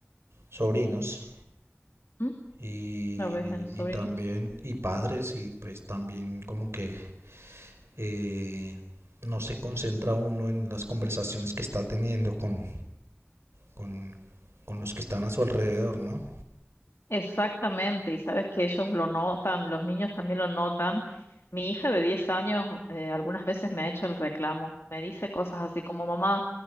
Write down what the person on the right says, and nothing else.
sobrinos
y,
y también y padres y pues también como que eh, no se concentra uno en las conversaciones que está teniendo con, con, con los que están a su alrededor, ¿no?